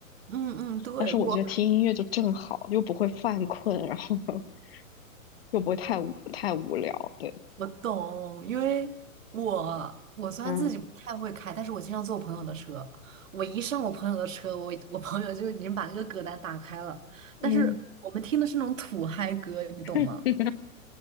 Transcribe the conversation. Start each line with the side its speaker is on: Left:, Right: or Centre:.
Right: 嗯嗯，对，
Left: 但是我觉得听音乐就正好，
Right: 我
Left: 又不会犯困，然后 <laughs> 又不会太无太无聊。对，
Right: 我懂，因为我我虽然自己不太会开，
Left: 嗯
Right: 但是我经常坐我朋友的车。我一上我朋友的车，我我朋友就已经把那个歌单打开了。但是我们听的是那种土嗨歌，
Left: 嗯。
Right: 你懂吗？
Left: <laughs>